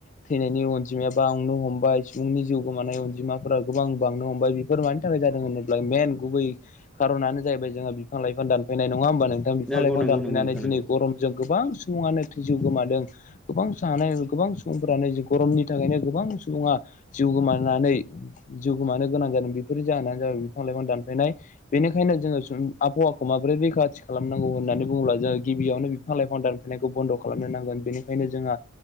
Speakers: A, on the left (about 40°); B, in the centre.
A: थैनायनि अनजिमाया बां नो हमबाय सुबुंनि जिउ गोमानाय अनजिमाफोरा गोबां बांनो हमबाय बेफोर मानि थाखाय जादों होनोब्ला मेन गुबुन खारनानो जाहैबाय जोंहा बिफां लाइफां दानफायनाय नङा होमबा नोंथां बिफां
B: नंगौ
A: लाइफां दानफायनानै
B: नंगौ नोंथां
A: दिनै
B: नंगौ
A: गरम गोबां सुबुङानो थै जिउ गोमादों गोबां सानाय गोबां सुबुंफोरानो गरमनि थाखायनो गोबां सुबुङा जिउ गोमानानै जिउ गोमानो गोनां जादों बेफोरनि जाहोनानो जाबाय बिफां लाइफां दानफायनाय बेनिखायनो जोङो आबहावाखौ माबोरै रैखाथि खालामनांगौ होननानै बुङोब्ला जोङो गिबियावनो बिफां लायफां दानफाय नायखौ बन्द' खालामनो नांगोन बेनिखायनो जोंहा